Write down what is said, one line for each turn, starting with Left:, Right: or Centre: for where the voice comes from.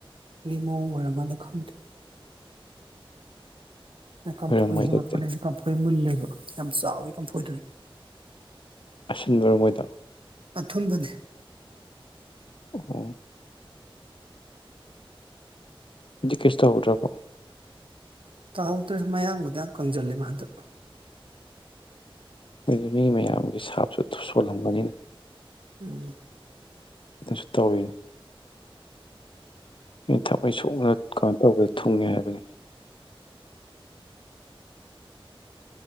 Right: ꯃꯤ ꯃꯑꯣꯡ ꯑꯣꯏꯔ ꯃꯥꯜꯂꯦ ꯈꯪꯗꯦ <unintelligible> ꯀꯝ
Left: ꯑꯣꯏꯔꯝꯃꯣꯏ
Right: ꯐꯣꯏ ꯍꯦꯜꯂꯛꯄꯅꯤ
Left: ꯑꯗꯨꯗꯤ
Right: ꯀꯝꯐꯣꯏ ꯃꯨꯜꯂꯦꯕ ꯌꯥꯝ ꯆꯥꯎꯋꯤ ꯀꯥꯝꯐꯣꯏꯗꯨ
Left: ꯑꯁꯤꯟꯕꯔꯣ ꯃꯣꯏꯗꯣ
Right: ꯑꯊꯨꯝꯕꯅꯦ
Left: ꯑꯣ ꯑꯗꯤ ꯀꯦꯁꯨ ꯇꯧꯍꯧꯗ꯭ꯔꯕꯣ
Right: ꯇꯧꯍꯧꯗ꯭ꯔꯦ ꯃꯌꯥꯝꯕꯨꯗꯤ ꯌꯥꯝ ꯀꯪꯖꯜꯂꯦ ꯃꯥꯗꯣ
Left: <unintelligible> ꯃꯤꯃꯌꯥꯝ ꯑꯩ ꯁꯥꯁꯨ ꯊꯨꯞ ꯁꯣꯂꯂꯝꯅꯤꯅ
Right: ꯎꯝ
Left: <unintelligible> ꯇꯧꯔꯤꯅꯦ ꯃꯤ ꯊꯛꯃꯩ ꯁꯣꯛꯅ <unintelligible> ꯊꯨꯡꯉꯦ ꯍꯥꯏꯕꯅꯤ